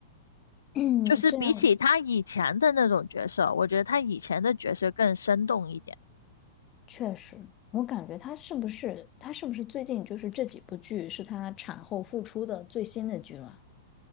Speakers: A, on the left (about 35°); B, on the left (about 85°).
A: <clears throat>
B: 就是比起他以前的那种角色，
A: 虽然
B: 我觉得他以前的角色更生动一点。
A: 确实，我感觉他是不是他是不是最近就是这几部剧是他产后复出的最新的剧了？